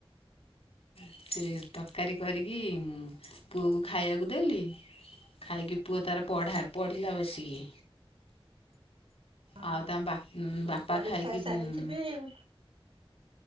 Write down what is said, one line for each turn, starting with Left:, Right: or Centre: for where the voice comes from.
Left: ସେଇ ତକାରୀ କରିକି ପୁଅକୁ ଖାଇବାକୁ ଦେଲି ଖାଇକି ପୁଅ ତାର ପଢା ପଢ଼ିଲା ବସିକି।
Right: ହଁ।
Left: ଆଉ ତା ବା
Right: ପରୀକ୍ଷା
Left: ବାପା ଖାଇକି
Right: ସାରିଥିବେ
Left: ଉଁ
Right: ଆଉ।